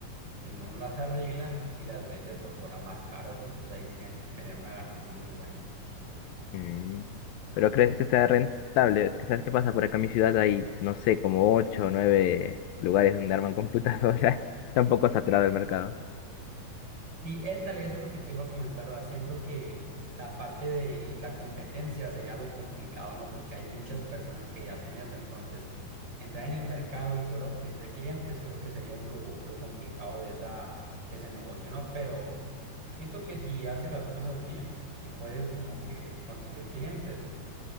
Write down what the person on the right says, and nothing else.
Uno las arregla y las vende por fuera más caras, ¿no? entonces ahí gen- genera una ganancia muy buena.
Sí, éndale, eso es lo que te iba a comentar. o sea, siento que la parte de la competencia sería lo complicado, ¿no? Porque hay muchas personas que ya hacen eso. Entonces, entrar en el mercado y poder obtener clientes, creo que sería lo, lo complicado de esa, de ese negocio, ¿no? Pero siento que si haces las cosas bien y puedes como que conseguir clientes,